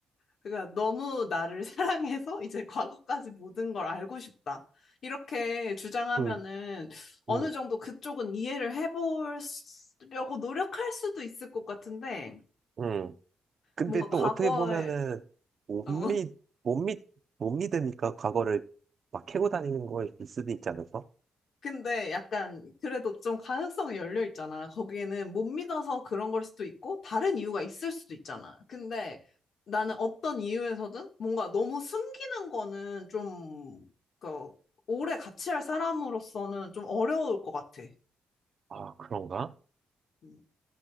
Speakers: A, on the left; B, on the right.
A: 그러니까 너무 나를 <laughs> 사랑해서 이제 과거까지 모든 걸 알고 싶다. 이렇게 주장하면은
B: 응
A: 어느
B: 응
A: 정도 그쪽은 이해를 해보려고 노력할 수도 있을 것 같은데
B: 응 근데
A: 뭔가
B: 또
A: 과거에
B: 어떻게 보면은 못믿못믿못
A: 어,
B: 믿으니까 과거를 막 캐고 다니는 거일 수도 있지 않을까?
A: 근데 약간 그래도 좀 가능성이 열려 있잖아. 거기에는 못 믿어서 그런 걸 수도 있고 다른 이유가 있을 수도 있잖아. 근데 나는 어떤 이유에서든 뭔가 너무 숨기는 거는 좀 그, 오래 같이 할 사람으로서는 좀 어려울 것 같아.
B: 아, 그런가?
A: 음.